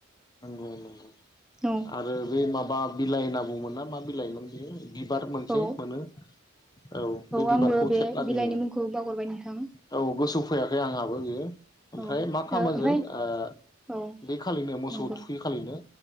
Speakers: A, on the left (about 20°); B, in the centre.
A: नंगौ नंगौ
B: औ
A: आरो बे माबा बिलाइ होनना बुंमोन ना मा बिलाइमोन बियो? बिबार मोनसे
B: औ
A: मोनो औ बे बिबारखौ
B: आंबो बे
A: खेबना
B: बिलाइनि
A: दोनो
B: मुंखौ बावगारबाय नोंथां
A: औ गोसौ फैयाखै आंहाबो बियो ओमफ्राय
B: औ ओ
A: मा खामो
B: ओमफाय
A: जों ओ
B: औ
A: बे खालिनो मोसौ
B: नंगौ
A: मोसौ थुखै खालिनो